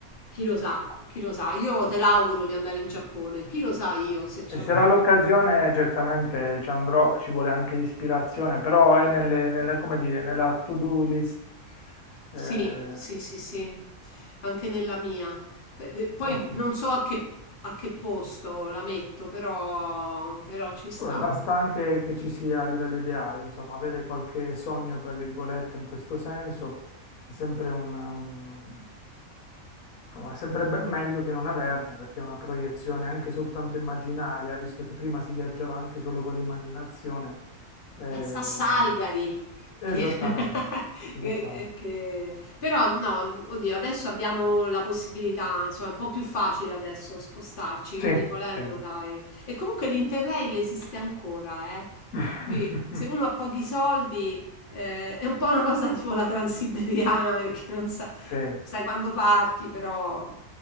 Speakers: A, on the left; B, on the left.
A: chi lo sa, chi lo sa. Io te l'auguro di andare in Giappone, chi lo sa io se ci
B: Se ci
A: avrò
B: sarà l'occasione, certamente ci andrò, ci vuole anche l'ispirazione, però è nelle, nella, come dire, nella to-do list.
A: Sì,
B: Eh,
A: sì, sì, sì, anche nella mia. Beh, de- poi
B: ottimo.
A: non so a che, a che posto la metto, però, però ci sta.
B: Vabbè, Basta anche che ci sia a livello ideale, insomma, avere qualche sogno, tra virgolette, in questo senso è sempre un, un- insomma, è sempre be- meglio che non averne, perché è una proiezione anche soltanto immaginaria, visto che prima si viaggiava anche solo con l'immaginazione. eh,
A: Pensa a Salgari,
B: esattamente,
A: che, <laughs>
B: esattamente.
A: che- che- Però no, oddio, adesso abbiamo la possibilità, insomma, è un po' più facile adesso spostarci,
B: Sì,
A: quindi volendo,
B: sì.
A: dai. E comunque l'Interrail esiste ancora, eh?
B: <laughs>
A: Per cui se uno ha pochi soldi... Eh, è un po' una cosa tipo la transiberiana perché non Sai
B: Sì,
A: quando parti, però.